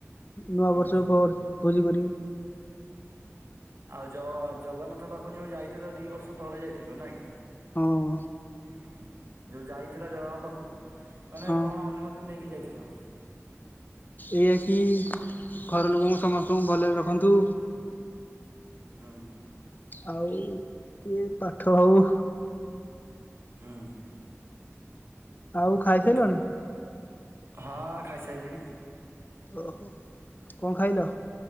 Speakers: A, on the left; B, on the right.
A: ନୂଆବର୍ଷ
B: ହଁ ହଁ
A: ଫୁଆବ ଭୋଜି କରି
B: ଆଉ ଜ ଜଗନ୍ନାଥ ପାଖକୁ ଯଉଁ ଯାଇଥିଲ ଦି ବର୍ଷ ତଳେ ଯାଇଥିଲ ନା କି।
A: ହଁ
B: ହ ହ ଯୋଉ ଯାଇଥିଲ ଜଗାଙ୍କ ପାଖକୁ। ମାନେ
A: ହଁ
B: କଣ ଅନୁମତି ନେଇକି ଯାଇଥିଲ?
A: ଏଇଆ କିି ଘର ଲୋକଙ୍କୁ ସମସ୍ତଙ୍କୁ ଭଲରେ ରଖନ୍ତୁ।
B: ହୁଁ।
A: ଆଉ ଟିକେ ପାଠ ହଉ।
B: ହୁଁ।
A: ଆଉ ଖାଇସାରିଲଣି।
B: କେତେ ହଁ ଖାଇସାରିଲିଣି।
A: ଓହୋ କଣ ଖାଇଲ?